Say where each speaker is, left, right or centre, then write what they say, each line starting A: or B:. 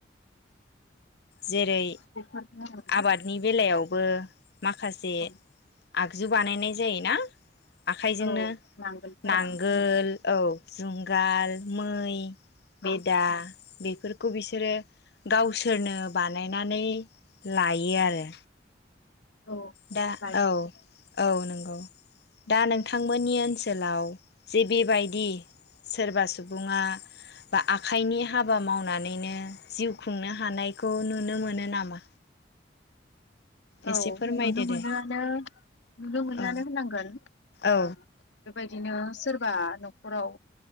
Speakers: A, on the left; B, on the left.
A: <unintelligible>
B: जेरै आबादनि बेलायाव थबो माखासे
A: ओं,
B: आगजु बानायनाय जाय ना आखाइजोंनो
A: औ नांगोलफोरा
B: नांगोल
A: औ
B: औ। जुंगाल मै बेदा
A: औ
B: बेफोरखौ बिसोरो गावसोरनो बानाय। नानै लायो आरो।
A: औ
B: दा
A: लाय
B: औ औ नंगौ दा नोंथांमोननि ओनसोलाव जे बेबायदि सोरबा सुबुङा बा आखाइनि हाबा मावनानैनो जिउ खुंनो हानायखौ नुनो मोनो नामा।
A: औ
B: एसे फोरमायदो
A: नुनो मोनो
B: दे
A: नुनो मोनोआानो
B: औ
A: होनांगोन
B: औ
A: ओ बेबायदिनो सोरबा न'खराव